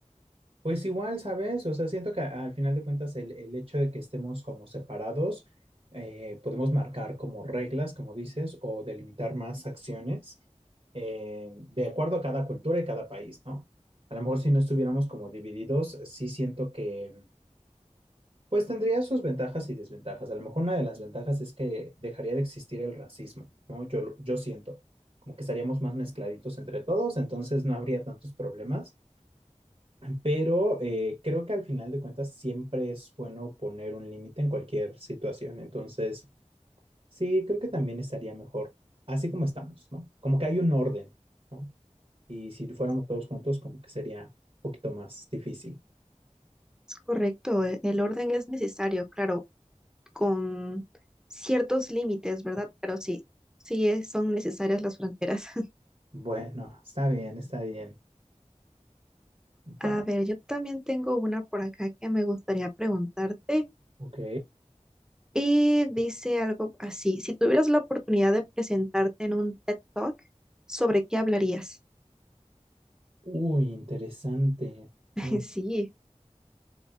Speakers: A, on the right; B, in the centre.
A: Pues igual, ¿sabes? O sea, siento que a- al final de cuentas el, el hecho de que estemos como separados, eh, podemos marcar como reglas, como dices, o delimitar más acciones eh, de acuerdo a cada cultura y cada país, ¿no? A lo mejor si no estuviéramos como divididos, sí siento que Pues tendría sus ventajas y desventajas. A lo mejor una de las ventajas es que dejaría de existir el racismo, ¿no? Yo, lo- yo siento, como que estaríamos más mezcladitos entre todos, entonces no habría tantos problemas. Pero eh, creo que al final de cuentas siempre es bueno poner un límite en cualquier situación. Entonces, sí, creo que también estaría mejor así como estamos, ¿no? Como que hay un orden, ¿no? Y si fuéramos todos juntos, como que sería un poquito más difícil.
B: Es correcto, e- el orden es necesario, claro, con ciertos límites, ¿verdad? Pero sí, sí es- son necesarias las fronteras. <laughs>
A: Bueno, está bien, está bien. Bye,
B: A ver, yo también tengo una por acá que me gustaría preguntarte
A: Ok.
B: y dice algo así, si tuvieras la oportunidad de presentarte en un TED Talk, ¿sobre qué hablarías?
A: Uy, interesante.
B: <laughs>
A: Mm,
B: Sí.